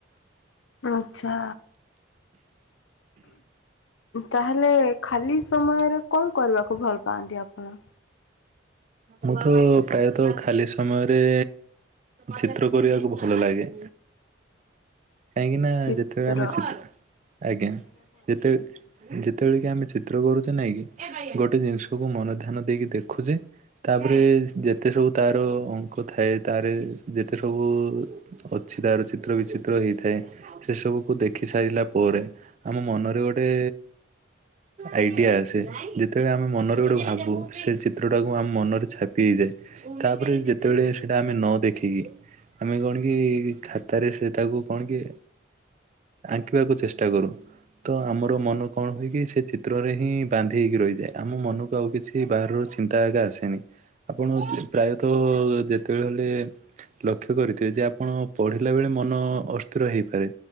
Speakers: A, on the left; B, on the right.
A: ଆଛା। ତାହେଲେ ଖାଲି ସମୟରେ କଣ କରିବାକୁ ଭଲ ପାଆନ୍ତି ଆପଣ?
B: ମୁଁ ପ୍ରାୟତଃ ଖାଲି ସମୟରେ ଚିତ୍ର କରିବାକୁ ଭଲ ଲାଗେ। କାହିଁକି ନା
A: ଚିତ୍ର
B: ଯେତେବେଳେ ଆମେ ଚିତ୍ର ଆଜ୍ଞା ଯେତେବେଳେ ଯେତେବେଳେ କି ଆମେ ଚିତ୍ର କରୁଛେ ନାଇଁ କିି ଗୋଟେ ଜିନିଷକୁ ମନ ଧ୍ୟାନ ଦେଇକି ଦେଖୁଛେ ତାପରେ ଯେତେ ସବୁ ତାର ଅଙ୍କ ଥାଏ ତାର ଯେତେ ସବୁ ଅଛି ତାର ଚିତ୍ର ବିଚିତ୍ର ହେଇଛି ଥାଏ ସେସବୁକୁ ଦେଖି ସାରିଲା ପରେ ଆମ ମନରେ ଗୋଟେ ଆଇଡ଼ିଆ ଆସେ ଯେତେବେଳେ ଆମେ ମନରେ ଗୋଟେ ଭାବୁ ସେ ଚିତ୍ରଟାକୁ ଆମ ମନରେ ଛାପି ହେଇଯାଏ। ତାପରେ ଯେତେବେଳେ ସେଇଟା ଆମେ ନ ଦେଖିକି ଆମେ କଣ କି ଖାତାରେ ସେ ତାକୁ କଣ କି ଆଙ୍କିବାକୁ ଚେଷ୍ଟା କରୁ। ତ ଆମର ମନ କଣ ହୁଏକି ସେ ଚିତ୍ରରେ ହିଁ ବାନ୍ଧି ହେଇକି ରହିଯାଏ ଆମ ମନକୁ ଆଉ କିଛି ବାହାରର ଚିନ୍ତା ଏକା ଆସେନି ଆପଣ ପ୍ରାୟତଃ ଯେତେବେଳେ ହେଲେ ଲକ୍ଷ କରିଥିବେ ଯେ ଆପଣ ପଢିଲା ବେଳେ ମନ ଅ ହେଇପାରେ